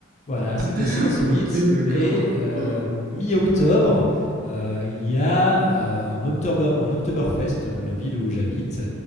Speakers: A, on the left; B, on the right.
A: Voilà, c'est
B: <laughs>
A: assez insolite,
B: ok, d'accord.
A: mais euh,
B: Waouh.
A: mi-octobre, euh, il y a euh, un, October, un Oktoberfest dans la ville où j'habite